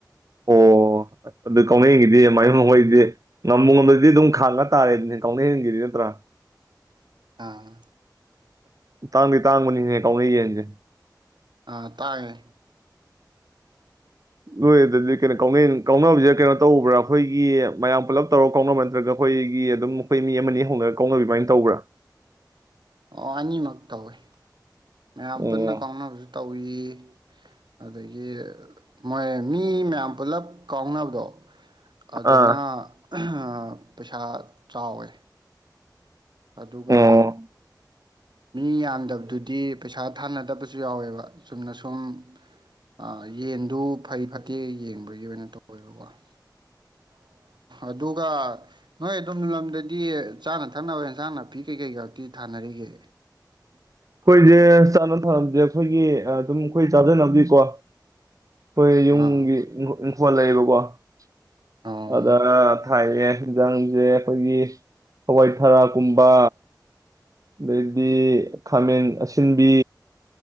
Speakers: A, on the right (about 50°); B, on the right (about 80°).
A: ꯑꯣ ꯑꯥꯗꯥ ꯀꯥꯎꯅꯥ ꯌꯦꯟꯒꯤꯗꯤ ꯃꯥꯏ <unintelligible> ꯖꯦ ꯉꯝꯕꯨ ꯉꯝꯗꯔ꯭ꯗꯤ ꯈꯪꯗ ꯇꯔꯦꯗꯨꯅꯤ ꯀꯥꯎꯅꯥ ꯌꯦꯟꯒꯤꯗꯤꯅꯠꯇꯔꯥ
B: ꯑꯥ
A: ꯇꯥꯪꯗꯤ ꯇꯥꯪꯕꯅꯤꯍꯦ ꯀꯥꯎꯅꯥ ꯌꯦꯟꯖꯦ
B: ꯑꯥ ꯇꯥꯏꯑꯦ
A: ꯅꯣꯏ ꯑꯗꯨꯗꯗꯤ ꯀꯩꯅꯣꯀꯥꯎꯅꯥ ꯌꯦꯟ ꯀꯥꯎꯅꯕꯁꯤ ꯀꯔꯤꯅꯣ ꯇꯧꯕꯔꯥ ꯑꯩꯈꯣꯌꯒꯤ ꯃꯌꯥꯝ ꯄꯨꯜꯂꯞ ꯇꯧꯔꯒꯥ ꯀꯥꯎꯅꯕ ꯅꯠꯇꯔꯒ ꯑꯩꯈꯣꯌꯒꯤ ꯑꯗꯨꯝ ꯃꯤ ꯑꯃ ꯅꯤ ꯍꯧꯅꯔꯒ ꯀꯥꯎꯕꯤ ꯑꯗꯨꯃꯥꯌ ꯇꯧꯕꯔ꯭
B: ꯑꯣ ꯑꯅꯤꯃꯛ ꯇꯧꯑꯦ ꯃꯌꯥꯝ
A: ꯑꯣ
B: ꯄꯨꯟꯅꯥ ꯀꯥꯎꯅꯕꯁꯨ ꯇꯧꯏ ꯑꯗꯒꯤ ꯃꯣꯏ ꯃꯤ ꯃꯌꯥꯝ ꯄꯨꯜꯂꯞ ꯀꯥꯎꯅꯕꯗꯣ ꯑꯗꯥꯅꯥ
A: ꯑꯥ
B: ꯍꯥ ꯁꯥ ꯆꯥꯎꯏ ꯑꯗꯨꯒ
A: ꯑꯣ
B: ꯃꯤꯌꯥꯝꯗꯕꯗꯨꯗꯤ ꯄꯩꯁꯥ ꯊꯥꯟꯅꯗꯕꯁꯨ ꯌꯥꯎꯑꯦꯕ ꯆꯨꯝꯅꯁꯨꯝ ꯑ ꯌꯦꯟꯗꯣ ꯐꯩ ꯐꯠꯇꯦꯌꯦꯡꯕꯒꯤ ꯑꯣꯏꯅ ꯇꯧꯕꯩ ꯋꯥꯅꯤ ꯑꯗꯨꯒ ꯅꯣꯏ ꯑꯗꯣꯝ ꯂꯝꯗꯗꯤ ꯆꯥꯅ ꯊꯛꯅꯕ ꯏꯟ ꯁꯥꯡ ꯅꯥꯄꯤ ꯀꯩ ꯀꯩꯒꯗꯤ ꯊꯥꯟꯅꯔꯤꯀꯦ
A: ꯑꯩꯈꯣꯏꯁꯦ ꯆꯥꯅꯕ ꯊꯥꯕꯁꯦ ꯑꯩꯈꯣꯏꯒꯤ ꯑꯗꯨꯝ ꯆꯥꯖꯅꯕꯒꯤꯀꯣ ꯑꯈꯣꯏ ꯌꯨꯝꯒꯤ
B: ꯑꯥ
A: ꯏꯪꯈꯦꯜ ꯂꯩꯌꯦꯕꯀꯣ <inaudible>
B: ꯑꯣ
A: <inaudible> ꯊꯥꯏꯌꯦ ꯏꯟꯁꯥꯡꯁꯦ ꯑꯩꯈꯣꯏꯒꯤ ꯍꯋꯥꯏ ꯊꯥꯔꯛꯀꯨꯝꯕ ꯑꯗꯩꯗꯤ ꯈꯥꯃꯦꯟ ꯑꯁꯤꯟꯕꯤ